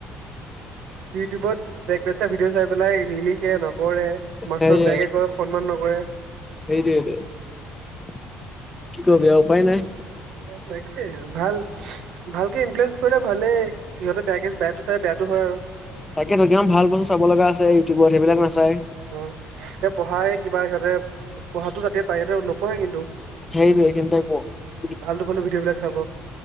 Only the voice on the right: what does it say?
ইউটিউবত বেক বেনচাৰ ভিডিঅ' চাই পেলাই নিলিখে নকৰে। মাষ্টৰক
বেয়াকে কয় সন্মান নকৰে
তাকে ভাল ভালকে ইনফ্লয়েঞ্চ কৰিলে ভালেই। সিহঁতে বেয়া বেয়াটো চাই বেয়াটো হয় আৰু।
উম
অ', এ পঢ়াই কিবা সিহঁতে পঢ়াতটো তাতে পায় সহঁতে নপঢ়ে কিন্তু।
আলটো ফালটো ভিডিঅ' বিলাক চাব।